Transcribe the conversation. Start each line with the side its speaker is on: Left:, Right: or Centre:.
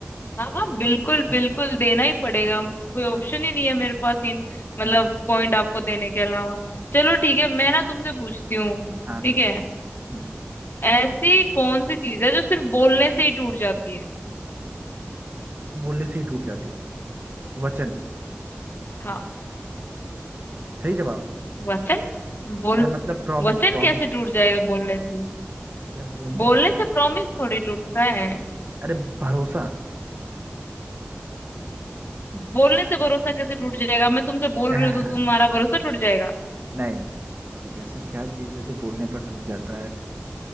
Left: हाँ हाँ बिल्कुल
Right: हाँ
Left: बिल्कुल देना ही पड़ेगा कोई ऑप्शन
Right: हाँ
Left: ही नहीं है मेरे पास इन मतलब
Right: हाँ
Left: पॉइंट आपको देने के अलावा चलो ठीक है मैं ना तुमसे पूछती हूँ
Right: हाँ, बिल्कुल
Left: ठीक है
Right: हाँ
Left: ऐसी कौन सी चीज है जो सिर्फ बोलने से ही टूट जाती है
Right: बोलने से ही टूट जाती है वचन
Left: हाँ
Right: सही जवाब
Left: वचन बोल
Right: अरे मतलब प्रॉमिस
Left: वचन
Right: प्रॉमिस
Left: कैसे टूट जाएगा बोलने से
Right: या बोलने
Left: बोलने
Right: भर
Left: से प्रॉमिस थोड़ी टूटता है
Right: अरे भरोसा
Left: बोलने से भरोसा कैसे टूट जाएगा मैं तुमसे बोल
Right: एह,
Left: रही हूँ तो तुम्हारा भरोसा टूट जाएगा
Right: नहीं नहीं नहीं नहीं, सर ऐसा क्या चीज है जो बोलने पर टूट जाता है टूट